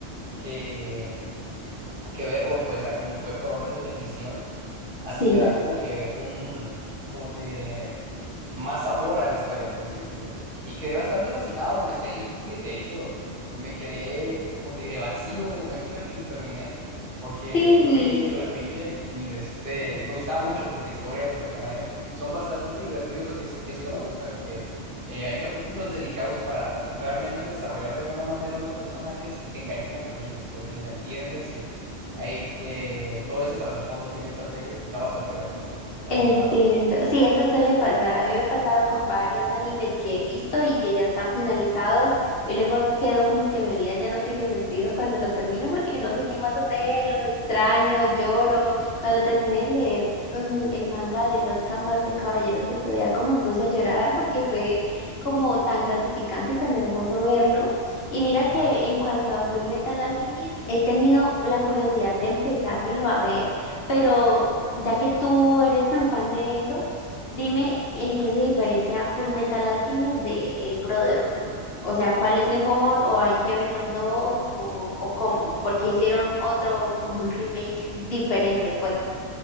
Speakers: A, on the right; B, on the left.
A: que que verlo, pues, a como fue por orden de emisión, así
B: sí.
A: le da como que un, ¿cómo te diré? Más sabor a la historia, por así decirlo. Y quedé bastante fascinado con Steins Gate, de hecho, eh, me quedé, ¿cómo te diré? Vacío en el momento en el que lo terminé, porque
B: Sí,
A: lo veía y lo veía y, y, de este, y me gustaba mucho, pues, la historia, los personajes, son bastante divertidos y es eso que me gusta, que... eh, hay capítulos dedicados para realmente desarrollar de buena manera los personajes y te encariñas con ellos, pues, y los entiendes Ahí, eh, todo ese trasfondo que hay detrás de ellos está bastante bueno. eh, Recomendado.
B: Entiendo. Sí, eso suele pasar. A mí me ha pasado con varios animes que he visto y que ya están finalizados y luego quedo como que mi vida ya no tiene sentido cuando lo termino porque no sé qué más hacer, los extraño, lloro. Cuando terminé de leer mm, el manga de los Canvas de Caballeros del Zodiaco me puse a llorar porque fue como tan gratificante y tan hermoso verlo. Y mira
A: Ajá.
B: que en cuanto a Full Metal Alchemist, he tenido la curiosidad de empezármelo a ver, pero ya que tú eres tan fan de eso, dime en qué se diferencia Full Metal Alchemist de el Brotherhood. O sea, ¿cuál es mejor? ¿O hay que ver los dos? ¿O, o cómo? Porque hicieron otro, como un remake diferente, pues.